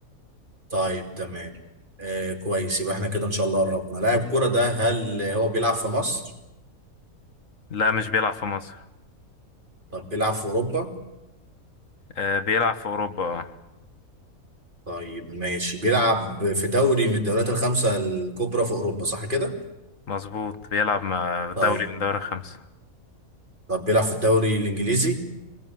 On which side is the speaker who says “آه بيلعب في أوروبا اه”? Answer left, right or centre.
Left